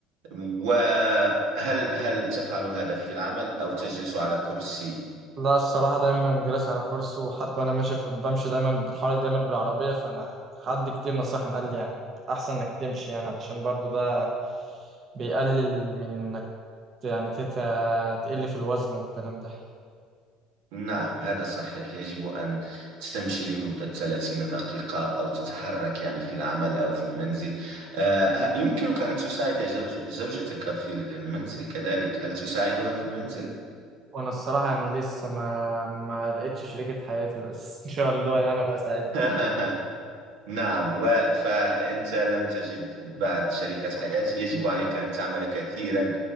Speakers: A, on the right; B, on the right.
A: وهل هل تفعل هذا في العمل أو تجلس على كرسي؟
B: لا الصراحة دايما جالس على كرسي وحتى وأنا ماشي في بمشي دايما بتحرك دايما بالعربية فأنا حد كتير نصحني قال لي يعني أحسن إنك تمشي يعني علشان برضو ده بيقلل من إنك يعني تت- تقل في الوزن والكلام ده
A: نعم هذا صحيح يجب أن تمشي لمدة 30 دقيقة أو تتحرك يعني في العمل أو في المنزل آه، ه- يمكنك أن تساعد زوج زوجتك في المنزل كذلك هل تساعدها في المنزل؟
B: وأنا الصراحة يعني لسه ما ما لقيتش شريكة حياتي بس <laughs> إن شاء الله يعني أبقى سعيد
A: <laughs> نعم و- فأنت لم تجد بعد شريكة حياة يجب عليك أن تعمل كثيرا